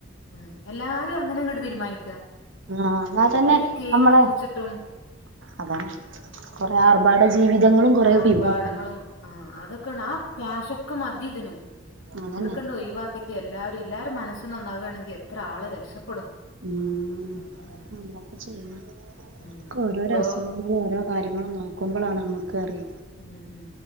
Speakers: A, on the left; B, on the right.
A: ഉം എല്ലാരും അങ്ങനങ്ങട്ട് തീര്മാനിക്ക
B: ആഹ് എന്നാ
A: കൊറേ
B: തന്നെ
A: കേക്ക്
B: നമ്മളെ
A: മുറ്ച്ചിട്ടും
B: അതാണ് കൊറെ ആർഭാട ജീവിതങ്ങളും കൊറേ
A: ആർഭാടങ്ങളും
B: ഒഴിവാക്കണം
A: ആഹ് അതൊക്കണ് ആ കാശൊക്ക മതി ഇതിന്
B: അതന്നെ
A: അതൊക്കണ്ട് ഒഴിവാക്കിറ്റ് എല്ലാരും എല്ലാരെ മനസ്സും നന്നാകാണെങ്കി എത്ര ആള് രക്ഷപ്പെടും
B: ഉം
A: ഉം
B: എന്താപ്പം ചെയ്യണെ
A: ഉം
B: ഒക്കെ ഓരോരോ
A: ഇപ്പൊ
B: അസുഖങ്ങ് നമ്മള് ഓരോ കാര്യങ്ങള് നോക്കുമ്പളാണ് നമ്മക്ക് അറീ
A: ഉം ഉം